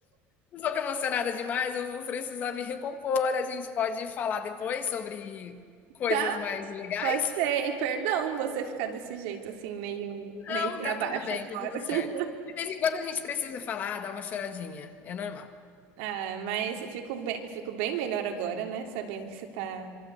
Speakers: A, on the left; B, on the right.
A: um pouco emocionada demais, eu vou precisar me recompor. A gente pode falar depois sobre coisas
B: tá,
A: mais legais?
B: Pode ser. E perdão você ficar desse jeito assim, meio,
A: Não,
B: meio para
A: tá
B: baixo
A: tudo bem,
B: agora.
A: tá tudo certo.
B: <laughs>
A: De vez em quando a gente precisa falar, dar uma choradinha, é normal.
B: Ah, mas eu fico bem, fico bem melhor agora, né? Sabendo que você tá